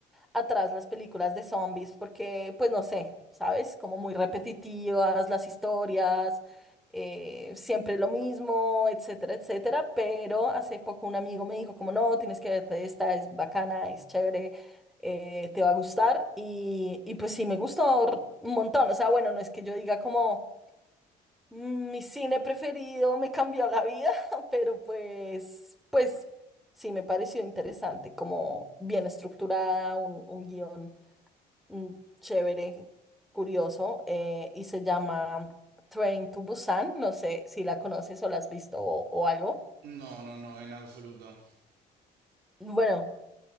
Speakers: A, in the centre; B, on the right (about 75°).
A: atrás las películas de zombies porque, pues no sé, ¿sabes? Como muy repetitivas las historias, eh, siempre lo mismo, etcétera, etcétera. Pero hace poco un amigo me dijo como, no, tienes que verte esta, es bacana, es chévere, eh, te va a gustar. Y, y pues sí, me gustó r- un montón. O sea, bueno, no es que yo diga como... "Mm, Mi cine preferido me cambió la vida, <laughs> pero pues, pues sí me pareció interesante, como bien estructurada, un, un guión mm, chévere, curioso, eh, y se llama Train to Busan. No sé si la conoces o la has visto o, o algo.
B: No, no, no, en absoluto.
A: Bueno,